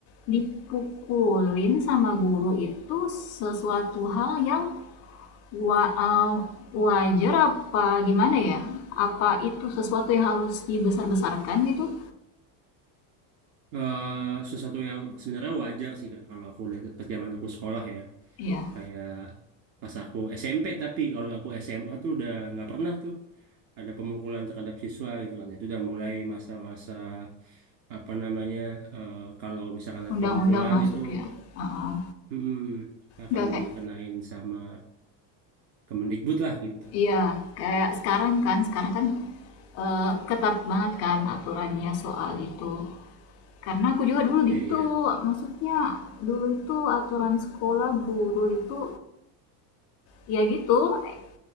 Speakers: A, on the left; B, on the right.
A: dipukulin sama guru itu sesuatu hal yang wa- eh, wajar apa gimana ya? Apa itu sesuatu yang harus dibesar-besarkan gitu?
B: Eh, sesuatu yang sebenarnya wajar sih kak kalau aku lihat pas zaman aku sekolah ya
A: Iya,
B: kayak pas aku SMP tapi kalau aku SMA tuh udah nggak pernah tuh ada pemukulan terhadap siswa gitu kan itu udah mulai masa-masa apa namanya eh, kalau misalkan ada
A: undang-undang
B: pemukulan
A: masuk
B: itu
A: ya. Heeh.
B: mm, akan
A: Nggak kayak
B: dikenain sama Kemendikbud lah gitu
A: iya, kayak sekarang kan, sekarang kan eh, ketat banget kan aturannya soal itu. karena aku juga dulu
B: iya
A: gitu maksudnya dulu itu aturan sekolah guru itu ya gitu eh,